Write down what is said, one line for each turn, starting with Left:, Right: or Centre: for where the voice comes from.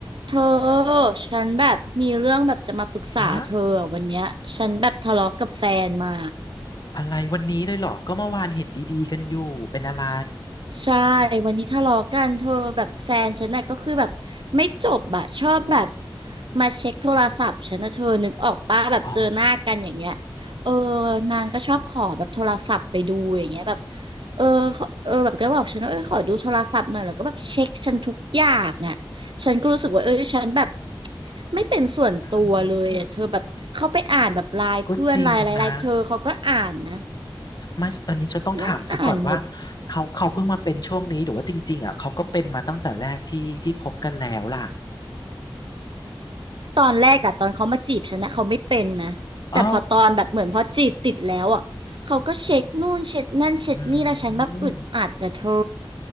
Right: เธอฉันแบบมีเรื่องแบบจะมาปรึกษาเธออะวันเนี้ยฉันแบบทะเลาะกับแฟนมา
Left: ฮะอะไรวันนี้เลยเหรอก็เมื่อวานเห็นดีๆกันอยู่เป็นอะไร
Right: ใช่วันนี้ทะเลาะกันเธอแบบแฟนฉันน่ะก็คือแบบไม่จบอะชอบแบบมาเช็คโทรศัพท์ฉันนะเธอนึกออกป้าแบบเจอหน้ากันอย่างเงี้ย
Left: อ๋อ
Right: เออนางก็ชอบขอแบบโทรศัพท์ไปดูอย่างเงี้ยแบบ
Left: อืม
Right: เออขอเออแบบก็บอกฉันว่าเออขอดูโทรศัพท์หน่อยแล้วก็แบบเช็คฉันทุกอย่างอะฉันก็รู้สึกว่าเออฉันแบบไม่เป็นส่วนตัวเลยอะเธอแบบเข้าไปอ่านแบบไลน์เพื่อนไลน์อะไรไลน์เธอเขาก็อ่านนะ
Left: อืมก็จริงนะมาอันนี้ฉันต้องถามเธอก่อนว่า
Right: นั่งอ่านหมด
Left: เขาเขาเพิ่งมาเป็นช่วงนี้หรือว่าจริงๆอ่ะเขาก็เป็นมาตั้งแต่แรกที่ที่คบกันแล้วล่ะ
Right: ตอนแรกอะตอนเขามาจีบฉันนะเขาไม่เป็นนะแต่พอตอนแบบเหมือนพอจีบติดแล้วอะเขาก็เช็คนู่นเช็คนั่นเช็คนี่แล้วฉันแบบอึดอัดนะเธอ
Left: อ๋ออืม